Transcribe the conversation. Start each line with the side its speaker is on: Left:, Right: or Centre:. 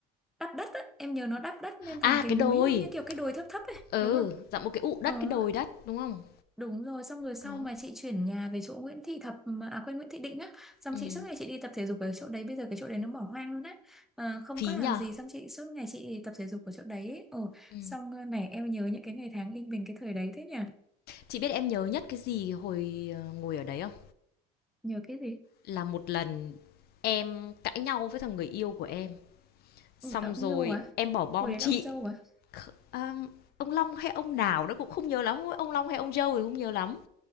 Centre: đắp đất á em nhớ nó đắp đất lên thành
Left: À,
Centre: cái
Left: cái
Centre: núi
Left: đồi.
Centre: giống như kiểu cái đồi thấp thấp ấy
Left: Ừ,
Centre: đúng không
Left: dặm một cái ụ đất,
Centre: ờ
Left: cái đồi đất, đúng không?
Centre: Đúng rồi, xong rồi sau
Left: Có.
Centre: mà chị chuyển nhà về chỗ Nguyễn Thị Thập mà- à quên Nguyễn Thị Định á, xong
Left: Ừ.
Centre: chị suốt ngày chị đi tập thể dục ở chỗ đấy, bây giờ cái chỗ đấy nó bỏ hoang luôn á. Ờ, không
Left: Phí
Centre: có làm
Left: nhờ.
Centre: gì xong chị suốt ngày chị tập thể dục ở chỗ đấy. ấy. Ồ,
Left: Ừ.
Centre: xong ờ, này em nhớ những cái ngày tháng linh bình cái thời đấy thế nhỉ?
Left: Chị biết em nhớ nhất cái gì hồi ờ, ngồi ở đấy không?
Centre: Nhớ cái gì?
Left: Là một lần em cãi nhau với thằng người yêu của em. Xong
Centre: Ừ, là ông
Left: rồi
Centre: dâu à?
Left: em bỏ bom
Centre: Hồi đấy
Left: chị.
Centre: là ông dâu à?
Left: Kh- à, ông Long hay ông nào đó cũng không nhớ lắm. Ông Long hay ông Joe thì không nhớ lắm.